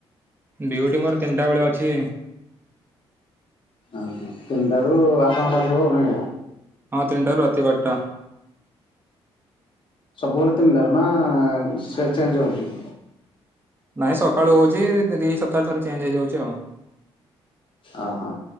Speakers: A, on the right; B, on the left.
A: ଡିଉଟି ମୋର ତିନିଟା ବେଳେ ଅଛି।
B: ଆ ତିନିଟା ରୁ ଆଠ ଘଣ୍ଟା ଥିବ ନ
A: ହଁ ତିନିଟାରୁ ରାତି ବାଟା।
B: ସବୁବେଳେ ତିନି ଟାରୁ ନା ସେ ଚେଞ୍ଜ ହଉଛି?
A: ନାଇଁ ସକାଳୁ ହଉଛି ଦି ସପ୍ତାହ ଥରେ ଚେଞ୍ଜ ହେଇଯାଉଛି ଆଉ।
B: ଓହୋ